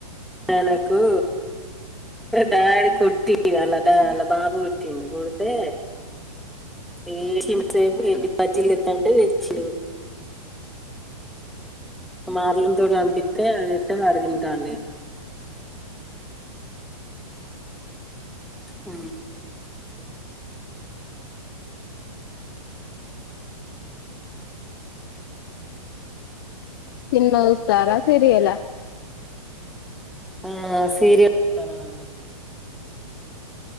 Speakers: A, in the centre; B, on the left (about 40°).
A: ననకు డాడి కొట్టి అలా డా అలా బాబు కుటిడి కూడితే ఏ చిం సేపు బజ్జీలుస్తంటే తెచ్చడు మాల్లుని తోడు పంపిత్తే అతే మరి తింటాన్ని ఆ
B: సినిమా చూస్తారా, సీరియలా?
A: ఆ సీరియల్ చూస్తామండి.